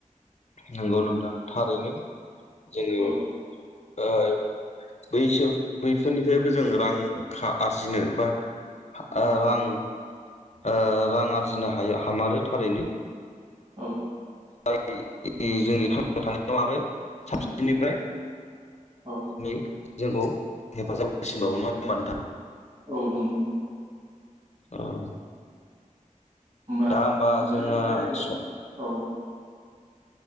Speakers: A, on the left; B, on the right.
A: नोंगौ नोंथां। थारैनो। जोङो
B: औ
A: ओ बैसो बैफोरनिफ्रायबो जों रां खा आरजिनो बा आ रां
B: औ
A: ओ रां आरजिनो हायो हामारो थारैनो।
B: औ
A: <inaudible> जोंनि थांना थानायाव आरो साब निफ्राय
B: औ
A: <inaudible> जोंखौ हेफाजाब होसिनबावो। नङा होमबा नोंथां?
B: औ नंगौ नों
A: औ
B: होमबा
A: दा
B: नोंथांजों
A: जोंना
B: रायलायनान
A: स
B: औ